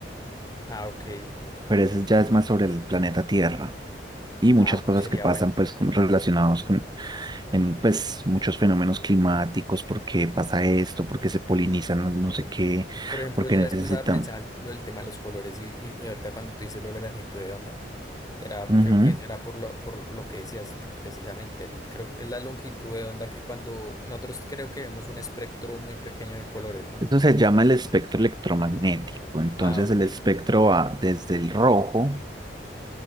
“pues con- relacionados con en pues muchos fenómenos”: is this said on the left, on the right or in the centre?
Right